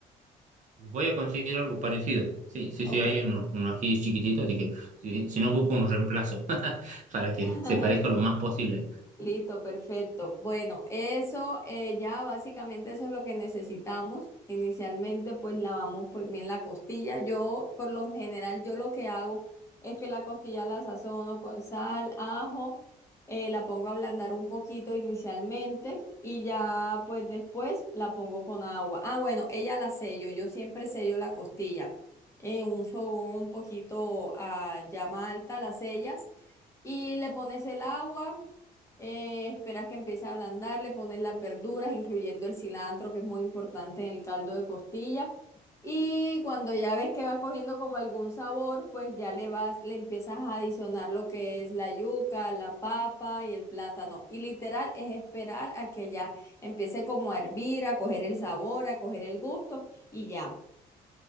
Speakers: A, on the right; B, on the left.
A: Voy a conseguir algo parecido. Sí, sí,
B: Ok.
A: sí, hay uno, uno ají chiquitito, así que si, si no busco un reemplazo <laughs> para que
B: <laughs>
A: se parezca lo más posible.
B: Listo, perfecto. Bueno, eso eh, ya básicamente eso es lo que necesitamos. Inicialmente pues lavamos pues bien la costilla. Yo por lo general yo lo que hago es que la costilla la sazono con sal, ajo, eh, la pongo a ablandar un poquito inicialmente y ya pues después la pongo con agua. Ah, bueno, ella la sello. Yo siempre sello la costilla en un fogón un poquito a llama alta, la sellas y le pones el agua eh, esperas que empiece a ablandar, le pones las verduras, incluyendo el cilantro, que es muy importante en el caldo de costilla. Y cuando ya ves que va cogiendo como algún sabor, pues ya le vas, le empiezas a adicionar lo que es la yuca, la papa y el plátano. Y literal es esperar a que ya empiece como a hervir, a coger el sabor, a coger el gusto y ya.